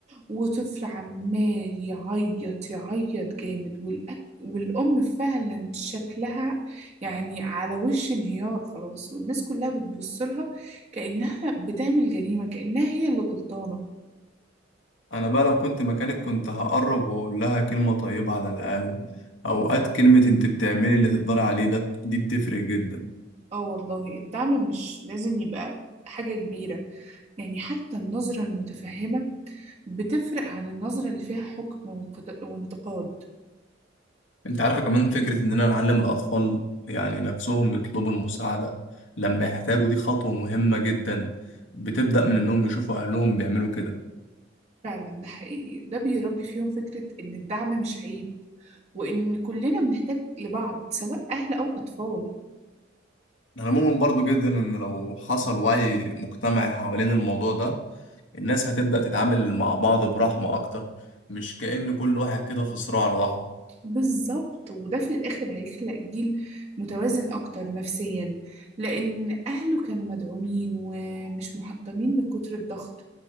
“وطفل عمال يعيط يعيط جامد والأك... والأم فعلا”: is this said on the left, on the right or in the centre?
Right